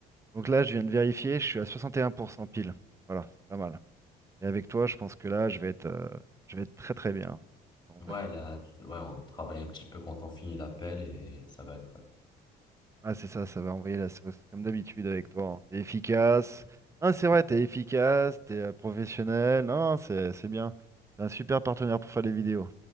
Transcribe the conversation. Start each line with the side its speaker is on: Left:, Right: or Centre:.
Right: Donc là, je viens de vérifier. Je suis à 61% pile. Voilà, c'est pas mal. Et avec toi, je pense que là, je vais être, euh, je vais être très très bien. On
Left: Ouais,
Right: va finir.
Left: là, tu- ouais, on travaille un petit peu quand on finit l'appel et ça va être.
Right: Ah, c'est ça. Ça va envoyer la sauce, comme d'habitude avec toi. hein. T'es efficace. Ah, c'est vrai. T'es efficace. T'es euh, professionnel. Non, c'est, c'est bien. T'es un super partenaire pour faire des vidéos.